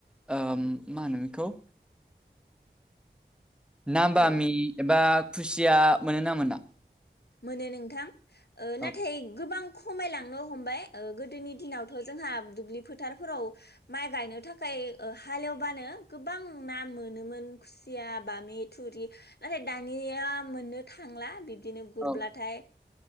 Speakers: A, in the centre; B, on the left (about 65°).
A: मा होनो बेखौ ना बामि
B: औ
A: एबा खुसिया मोनो ना मोना?
B: मोनो नोंथां। नाथाय
A: औ
B: गोबां खमायलांनो हमबाय गोदोनि दिनावथ' जोंहा दुब्लि फोथारफोराव माइ गायनो थाखाय हालेवबानो गोबां ना मोनोमोन। खुसिया बामि थुरि नाथाय दानिया मोननो थांला बिब्दिनो गुरब्लाथाय
A: औ